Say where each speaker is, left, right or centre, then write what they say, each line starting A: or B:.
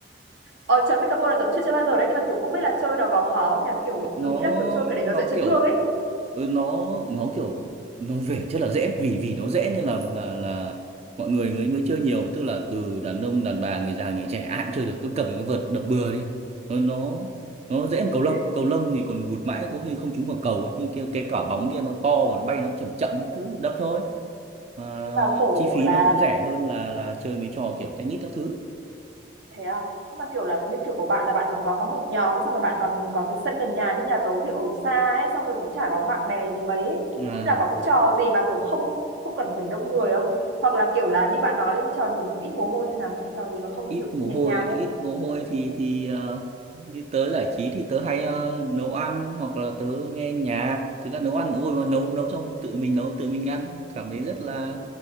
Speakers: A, on the right; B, on the right.
A: ờ trò pickleball là tớ cũng chưa chơi bao giờ đấy nhưng mà kiểu không biết là chơi nó có khó không nhỉ kiểu
B: nó
A: tớ nghĩ là kiểu chơi cái đấy nó
B: nó
A: dễ chấn
B: kiểu
A: thương ấy
B: ừ, nó nó kiểu nó về rất là dễ vì vì nó dễ nên là là là mọi người mới mới chơi nhiều tức là từ đàn ông đàn bà người già người trẻ ai cũng chơi được cứ cầm được cái vợt đập bừa đi nó nó nó dễ hơn cầu lông
A: <laughs>
B: cầu lông thì còn vụt mãi có khi không trúng vào cầu ấy. nhưng cái, cái quả bóng kia nó to mà nó bay nó cũng chậm chậm ấy. cứ đập thôi mà
A: và khổ
B: chi phí
A: là
B: nó cũng rẻ hơn là là chơi mấy trò kiểu tennis các thứ
A: thế à nhưng mà kiểu là như kiểu của bạn là bạn còn có có một nhóm xong rồi bạn còn có cái sân gần nhà chứ nhà tớ thì ở xa ấy xong rồi cũng chả có bạn bè gì mấy ấy.
B: à
A: nên là có cái trò gì mà kiểu không không cần phải đông người không hoặc là kiểu là như bạn nói đến trò gì mà kiểu ít mồ hôi thế nào trò gì mà không
B: ít
A: kiểu
B: mồ
A: nhẹ
B: hôi
A: nhàng
B: ít
A: ấy
B: mồ hôi thì thì ờ, như tớ giải trí thì tớ hay ờ, nấu ăn hoặc là tớ nghe nhạc thực ra nấu ăn cũng vui mà nấu nấu xong tự mình nấu tự mình ăn cảm thấy rất là